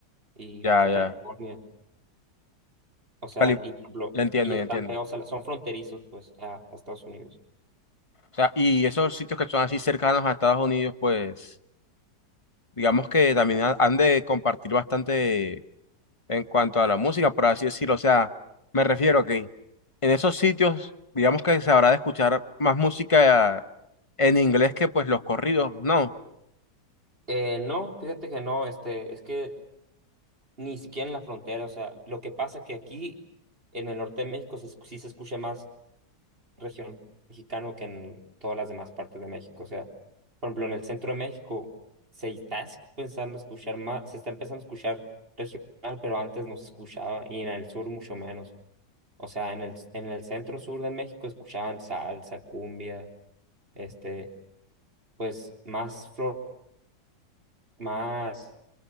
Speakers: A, on the right (about 30°); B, on the left (about 20°).
A: y
B: Ya,
A: Baja
B: ya.
A: California, o sea,
B: Cali-
A: y, por ejemplo,
B: Ya entiendo,
A: y están
B: ya entiendo.
A: pegados, a la- son fronterizos, pues, a a Estados Unidos.
B: O sea, y esos sitios que son así cercanos a Estados Unidos, pues... digamos que también ha- han de compartir bastante en cuanto a la música, por así decirlo. O sea, me refiero a que en esos sitios, digamos que se habrá de escuchar más música en inglés que pues los corridos, no.
A: Eh, no, fíjate que no, este, es que ni siquiera en la frontera, o sea, lo que pasa que aquí en el norte de México se es- sí se escucha más región mexicano que en todas las demás partes de México, o sea, por ejemplo, en el centro de México se está es- pensando escuchar más, se está empezando a escuchar regional, pero antes no se escuchaba, y en el sur mucho menos. O sea, en el, en el centro sur de México escuchaban salsa, cumbia, este, pues más flor, más,